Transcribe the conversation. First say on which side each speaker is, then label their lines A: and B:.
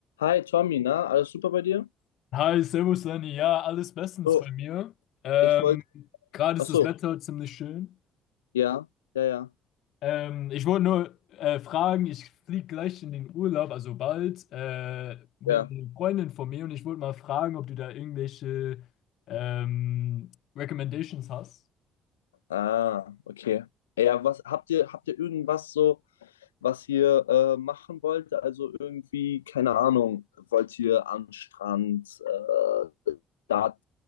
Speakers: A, on the left (about 85°); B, on the left (about 60°).
A: Hi Tommy, na, alles super bei dir?
B: Hi, Servus Lenny. Ja, alles bestens
A: Oh,
B: bei mir. Ähm,
A: ich wollte,
B: gerade ist
A: ach so,
B: das Wetter ziemlich schön.
A: ja, ja, ja,
B: Ähm, ich wollte nur äh, fragen, ich fliege gleich in den Urlaub, also bald, äh, mit
A: ja.
B: einer Freundin von mir und ich wollte mal fragen, ob du da irgendwelche ähm, Recommendations hast.
A: Ah, okay. Ja, was habt ihr, habt ihr irgendwas so, was ihr äh, machen wollt? Also irgendwie, keine Ahnung, wollt ihr an den Strand, äh, dat